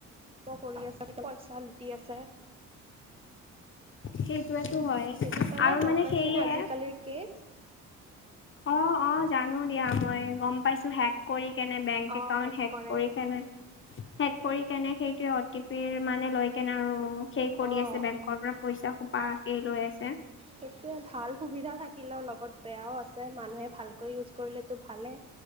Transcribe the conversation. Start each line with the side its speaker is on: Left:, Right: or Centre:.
Right: কৰি আছে পইচা লুটি আছে।
Left: সেইটোৱেতো হয়।
Right: দেখিছানে
Left: আৰু
Right: গম
Left: মানে
Right: পাইছানে
Left: সেয়ে
Right: আজিকালিৰ কেচ।
Left: অ অ জানো দিয়া মই গম পাইছো হেক কৰি কেনে বেংক
Right: অঁ
Left: একাউণ্ট হেক
Right: কৰে
Left: কৰি কেনে হেক কৰি কেনে সেইটো অ টি পিৰ মানে লৈ কেনে আৰু সেই কৰি
Right: অঁ
Left: আছে বেংকৰ পৰা পইচা খোপা সেই লৈ আছে।
Right: সেইটোৱে ভাল সুবিধা থাকিলেও লগত বেয়াও আছে মানুহে ভালকৈ ইউজ কৰিলেতো ভালে।